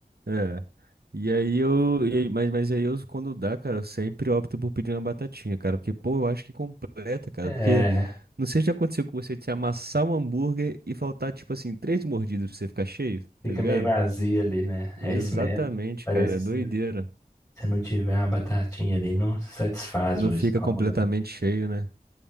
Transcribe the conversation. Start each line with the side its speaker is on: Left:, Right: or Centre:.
Right: É. E aí eu. e aí- mas, mas aí eu, quando dá, cara, eu sempre opto por pedir uma batatinha, cara. Porque, pô, eu acho que completa, cara.
Left: é
Right: Porque não sei se já aconteceu com você de você amassar um hambúrguer e faltar, tipo assim, três mordidas pra você ficar cheio,
Left: Fica
Right: tá ligado?
Left: meio vazio ali, né? É
Right: Exatamente,
Left: isso mesmo. Parece
Right: cara.
Left: que
Right: é
Left: se
Right: Doideira.
Left: não se não tiver uma batatinha ali, não satisfaz
Right: Não
Left: o
Right: fica
Left: estômago,
Right: completamente
Left: né?
Right: cheio, né?